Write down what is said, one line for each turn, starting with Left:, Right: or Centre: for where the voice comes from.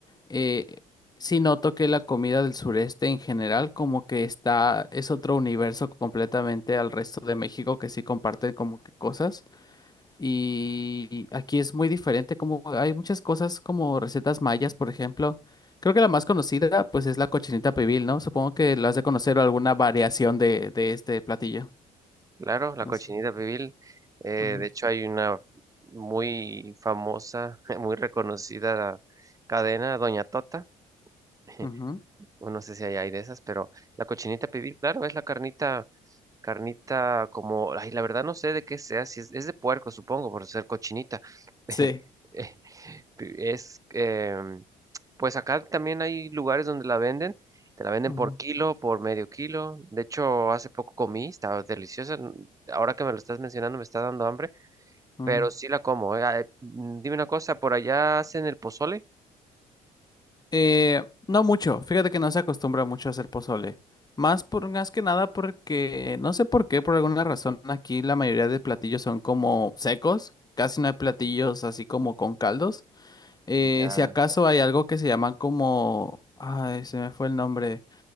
Left: eh, sí noto que la comida del sureste en general como que está, es otro universo completamente al resto de México que sí comparten como que cosas. Y aquí es muy diferente, como hay muchas cosas como recetas mayas, por ejemplo. Creo que la más conocida, pues, es la cochinita pibil, ¿no? Supongo que la has de conocer o alguna variación de, de este platillo.
Right: Claro, la
Left: No
Right: cochinita
Left: sé.
Right: pibil. eh,
Left: Ujú,
Right: de hecho, hay una muy famosa, <laughs> muy reconocida cadena, Doña Tota. <laughs>
Left: ujú,
Right: bueno, no sé si allá hay de esas, pero la cochinita pibil, claro, es la carnita, carnita como, ay, la verdad no sé de qué sea, si es, es de puerco, supongo, por ser cochinita.
Left: Sí.
Right: <laughs> Eh, Es, em, pues acá también hay lugares donde la venden, te la venden
Left: ujú,
Right: por kilo, por medio kilo. De hecho, hace poco comí, estaba deliciosa. n- Ahora que me lo estás mencionando, me está dando hambre,
Left: ujú.
Right: pero sí la como. eh. Ah, eh, mm, Dime una cosa, ¿por allá hacen el pozole?
Left: Eh, no mucho. Fíjate que no se acostumbra mucho a hacer pozole. Más por, más que nada porque, no sé por qué, por alguna razón, aquí la mayoría de platillos son como secos. Casi no hay platillos así como con caldos. Eh,
Right: Ya.
Left: si acaso hay algo que se llaman como... Ay, se me fue el nombre.